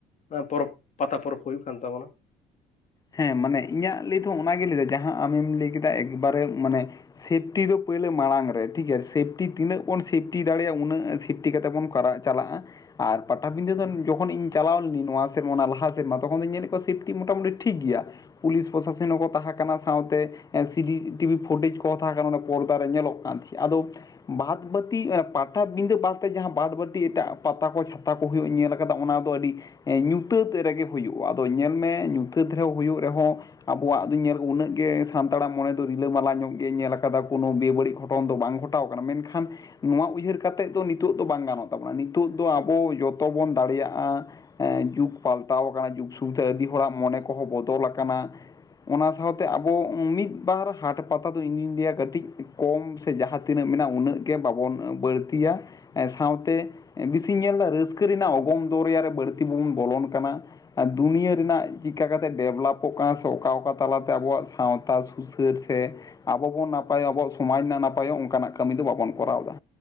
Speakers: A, on the left; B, on the left.
A: ᱱᱟ ᱯᱚᱨᱚᱵᱽ ᱯᱟᱛᱟ ᱯᱚᱨᱚᱵᱽ ᱠᱚ ᱦᱩᱭᱩᱜ ᱠᱟᱱ ᱛᱟᱵᱚᱱᱟ ᱾
B: ᱦᱮᱸ ᱢᱟᱱᱮ ᱤᱧᱟᱹᱜ ᱞᱟᱹᱭ ᱫᱚ ᱚᱱᱟ ᱜᱮᱧ ᱞᱟᱹᱭ ᱫᱟ ᱡᱟᱦᱟᱸ ᱟᱢᱮᱢ ᱞᱟᱹᱭ ᱠᱮᱫᱟ ᱮᱠᱵᱟᱨᱮ ᱢᱟᱱᱮ ᱥᱤᱯᱴᱤ ᱫᱚ ᱯᱳᱭᱞᱳ ᱢᱟᱲᱟᱝ ᱨᱮ ᱴᱷᱤᱠ ᱜᱮᱭᱟ ᱥᱤᱯᱴᱤ ᱛᱤᱱᱟᱹᱜ ᱵᱚᱱ ᱥᱤᱯᱴᱤ ᱫᱟᱲᱮᱭᱟᱜᱼᱟ ᱩᱱᱟᱹᱜ ᱥᱤᱯᱴᱤ ᱠᱟᱛᱮ ᱵᱚᱱ ᱠᱚᱨᱟᱣ ᱪᱟᱞᱟᱜᱼᱟ ᱾ ᱟᱨ ᱯᱟᱴᱟᱵᱤᱸᱫᱟᱹ ᱫᱚ ᱡᱚᱠᱷᱚᱱ ᱤᱧ ᱪᱟᱞᱟᱣ ᱞᱮᱱᱤᱧ ᱱᱚᱣᱟ ᱥᱮᱨᱢᱟ ᱚᱱᱟ ᱞᱟᱦᱟ ᱥᱮᱨᱢᱟ ᱛᱚᱠᱷᱚᱱ ᱫᱚᱧ ᱧᱮᱞᱮᱫ ᱠᱚᱣᱟ ᱥᱤᱯᱴᱤ ᱢᱚᱴᱟᱢᱩ ᱴᱷᱤᱠ ᱜᱮᱭᱟ ᱯᱩᱞᱤᱥ ᱯᱚᱥᱟᱥᱚᱱ ᱦᱚᱸᱠᱚ ᱛᱟᱦᱮᱸ ᱠᱟᱱᱟ ᱥᱟᱶᱛᱮ ᱾ ᱥᱤᱰᱤ ᱴᱤᱵᱷᱤ ᱯᱷᱩᱴᱮᱡᱽ ᱠᱚ ᱛᱟᱦᱮᱸ ᱠᱟᱱᱟ ᱚᱱᱮ ᱯᱚᱨᱫᱟ ᱨᱮ ᱧᱮᱞᱚᱜ ᱠᱟᱱ ᱛᱤᱦᱤᱡ ᱟᱫᱚ ᱵᱟᱫᱽ ᱵᱟᱹᱛᱤ ᱟ ᱯᱟᱴᱷᱟᱟᱵᱤᱫᱟᱹ ᱵᱟᱫ ᱛᱮ ᱡᱟᱦᱟᱸ ᱵᱟᱫᱽ ᱵᱟᱹᱴᱤ ᱮᱴᱟᱜᱼᱟ ᱯᱟᱛᱟ ᱠᱚ ᱪᱷᱟᱛᱟ ᱚᱦᱩᱜ ᱧᱮᱞ ᱟᱠᱟᱫᱟ ᱚᱱᱟ ᱫᱚ ᱟᱹᱰᱤ ᱧᱩᱛᱟᱹᱛ ᱨᱮᱜᱮ ᱦᱩᱭᱩᱜᱼᱟ ᱟᱫᱚ ᱧᱮᱞ ᱢᱮ ᱾ ᱜᱤᱫᱽᱨᱟᱹᱣ ᱦᱩᱭᱩᱜ ᱨᱮᱦᱚᱸ ᱾ ᱟᱵᱚᱣᱟᱜ ᱫᱚᱧ ᱧᱮᱞ ᱩᱱᱟᱹᱜ ᱜᱮ ᱥᱟᱱᱛᱟᱲᱟᱜ ᱢᱚᱱᱮ ᱫᱚ ᱨᱤᱞᱟᱹ ᱢᱟᱞᱟ ᱧᱚᱜ ᱜᱮ ᱧᱮᱞ ᱟᱠᱟᱫᱟ ᱠᱳᱱᱳ ᱵᱮ-ᱵᱟᱹᱲᱤᱡ ᱜᱷᱚᱴᱚᱱ ᱫᱚ ᱵᱟᱝ ᱦᱩᱭ ᱦᱟᱛᱟᱣ ᱠᱟᱱᱟ ᱢᱮᱱᱠᱷᱟᱱ ᱱᱚᱣᱟ ᱩᱭᱦᱟᱹᱨ ᱠᱟᱛᱮᱫ ᱫᱚ ᱱᱤᱛᱚᱜ ᱫᱚ ᱵᱟᱝ ᱜᱟᱱᱚᱜ ᱛᱟᱵᱚᱱᱟ ᱱᱤᱛᱚᱜ ᱫᱚ ᱟᱵᱚ ᱡᱚᱛᱚ ᱵᱚᱱ ᱫᱟᱲᱮᱭᱟᱜᱼᱟ ᱾ ᱮᱸ ᱡᱩᱜᱽ ᱯᱟᱞᱴᱟᱣ ᱠᱟᱱᱟ ᱡᱩᱜᱽ ᱥᱩᱵᱤᱫᱷᱟ ᱟᱹᱰᱤ ᱦᱚᱲᱟᱜ ᱢᱚᱱᱮ ᱠᱚᱦᱚᱸ ᱵᱚᱫᱚᱞ ᱟᱠᱟᱱᱟ ᱚᱱᱟ ᱥᱟᱶᱛᱮ ᱟᱵᱚ ᱢᱤᱫ ᱵᱟᱨ ᱦᱟᱴ ᱯᱟᱛᱟ ᱫᱚ ᱤᱧᱫᱩᱧ ᱞᱟᱹᱭᱟ ᱠᱟᱹᱴᱤᱡ ᱠᱚᱢ ᱥᱮ ᱡᱟᱦᱟᱸ ᱛᱤᱱᱟᱹᱜ ᱢᱮᱱᱟᱜᱼᱟ ᱩᱱᱟᱹᱜ ᱜᱮ ᱵᱟᱵᱚᱱ ᱵᱟᱹᱲᱛᱤᱭᱟ ᱥᱟᱶᱛᱮ ᱵᱮᱥᱤᱧ ᱧᱮᱞᱫᱟ ᱨᱟᱹᱥᱠᱟᱹ ᱨᱮᱱᱟᱜ ᱚᱜᱚᱢ ᱫᱚᱨᱭᱟ ᱨᱮ ᱵᱟᱹᱲᱛᱤ ᱵᱟᱵᱚᱱ ᱵᱚᱞᱚᱱ ᱠᱟᱱᱟ ᱟᱨ ᱫᱩᱱᱭᱟᱹ ᱨᱮᱱᱟᱜ ᱪᱮᱠᱟ ᱠᱟᱛᱮ ᱰᱮᱵᱷᱞᱚᱯᱚᱜ ᱠᱟᱱᱟ ᱥᱮ ᱚᱠᱟ ᱚᱠᱟ ᱛᱟᱞᱟᱛᱮ ᱟᱵᱚᱣᱟᱜ ᱥᱟᱶᱛᱟ ᱥᱩᱥᱟᱹᱨ ᱥᱮ ᱟᱵᱚ ᱵᱚᱱ ᱱᱟᱯᱟᱭᱚᱜ ᱟᱵᱚᱣᱟᱜ ᱥᱚᱢᱟᱡᱽ ᱨᱮᱱᱟᱜ ᱱᱟᱯᱟᱭᱚᱜ ᱚᱱᱠᱟᱱᱟᱜ ᱠᱟᱹᱢᱤ ᱫᱚ ᱵᱟᱵᱚᱱ ᱠᱚᱨᱟᱣᱫᱟ